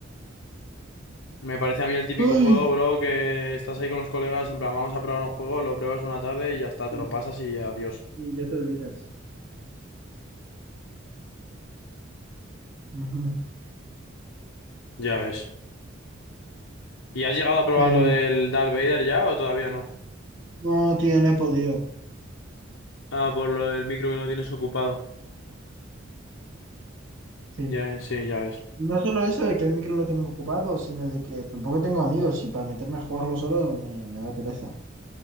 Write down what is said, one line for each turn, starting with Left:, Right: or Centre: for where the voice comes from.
Left: Me parece a mí el típico
Right: Uy,
Left: juego, bro, que estás ahí con los colegas, en plan, vamos a probar un juego, lo pruebas una tarde y ya está,
Right: sí,
Left: te lo pasas y adiós.
Right: sí, ya te olvidas. Ujú.
Left: Ya ves. ¿Y has llegado a probar
Right: Eh,
Left: lo del Darth Vader ya o todavía no?
Right: no, tío, no he podido.
Left: Ah, por lo del micro que no tienes ocupado.
Right: Sí.
Left: Ya, sí, ya ves.
Right: No solo eso de que el micro lo tengo ocupado, sino de que tampoco tengo amigos y para meterme a jugarlo solo me, me da pereza.